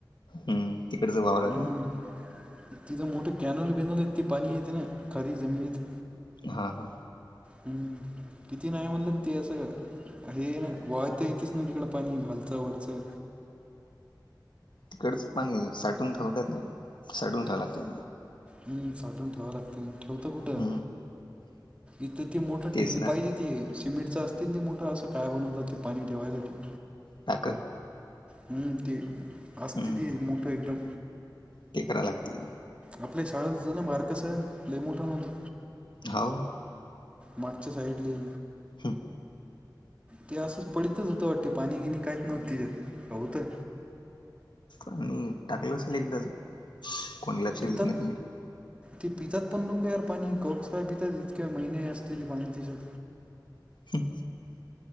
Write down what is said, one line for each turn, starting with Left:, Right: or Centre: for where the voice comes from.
Left: हम्म तिकडच वावर
Right: हम्म तिथं मोठं कॅनल बिनल य ते पाणी येते ना खारी जमीन येत.
Left: हा हां.
Right: हम्म किती नाही म्हणलं ते असं. हे ना वायता येतच ना तिकड पाणी घालचं वरचं
Left: तिकडच पाणी साठून ठेवडत नाही साठून ठेवला ते
Right: हम् साठून ठेवाव लागते ठेवत कुठं
Left: हम्म
Right: इथं ते मोठ
Left: तेच
Right: ट हेर
Left: ना
Right: पाहिजे सिमेंटच असतील ते मोठं असं काय बनवतात ते पाणी ठेवायसाठी.
Left: ह.
Right: हम्म ते
Left: हम्म
Right: असत ते मोठं एकदम
Left: ते कराय लागतील.
Right: आपल्या शाळा ना बारकस आहे ल मोठा नव्हतं.
Left: हो.
Right: मागच्या साईडली
Left: हम्म.
Right: ते असंच पडतच होतं वाटते पाणी गिणी काहीच नव्हत तिच्यात का होतंय.
Left: आणि टाकलं असेल एकदा कोणी लक्ष
Right: पितात
Left: देत नाही त
Right: ते पितात पण लोक यार पाणी कौक्स काय पितात इतके महिने असते ते पाणी दिसात.
Left: ह.